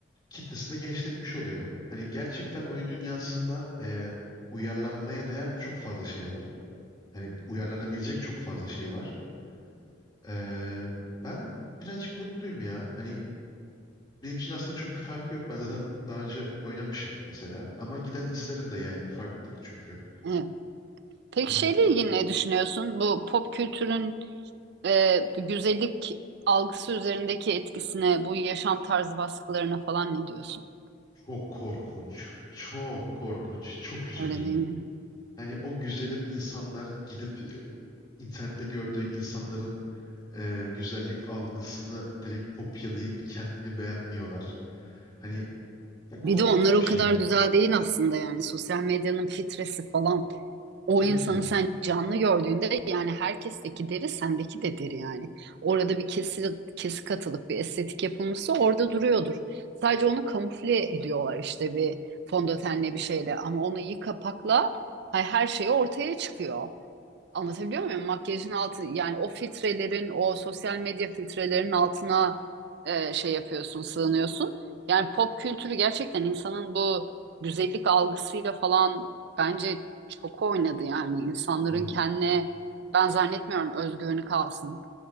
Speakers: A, on the left; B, on the right.
A: kitlesini de genişletmiş oluyor. Hani gerçekten oyun dünyasında e, uyarlanmaya değer çok fazla şey var. Hani uyarlanabilecek çok fazla şey var. E, ben birazcık mutluyum ya. Hani benim için aslında çok bir farkı yok. Ben zaten daha önce oynamışım mesela. Ama gider izlerim de yani. Farklılık çünkü.
B: Evet. Peki
A: Hani
B: şeyle ilgili ne düşünüyorsun? Bu pop kültürün e, güzellik algısı üzerindeki etkisine, bu yaşam tarzı baskılarına falan ne diyorsun?
A: çok korkunç, çok korkunç, çok üzücü.
B: Öyle değil mi?
A: Hani o güzelim insanlar gidip e, internette gördüğü insanların e, güzellik algısını direkt kopyalayıp kendini beğenmiyorlar. Hani ya korkunç
B: Bir de onlar
A: bir
B: o
A: şey
B: kadar
A: ya.
B: güzel değil aslında yani sosyal medyanın filtresi falan. O
A: Tabii
B: insanı
A: ki.
B: sen canlı gördüğünde yani herkesteki deri sendeki de deri yani. Orada bir kesi, kesik katılıp bir estetik yapılmışsa orada duruyordur. Sadece onu kamufle ediyorlar işte bir fondötenle bir şeyle ama onu iyi kapakla hay- her şey ortaya çıkıyor. Anlatabiliyor muyum? Makyajın altı yani o filtrelerin o sosyal medya filtrelerinin altına e, şey yapıyorsun, sığınıyorsun. Yani pop kültürü gerçekten insanın bu güzellik algısıyla falan bence çok oynadı yani. İnsanların
A: Evet.
B: kendine ben zannetmiyorum özgüveni kalsın.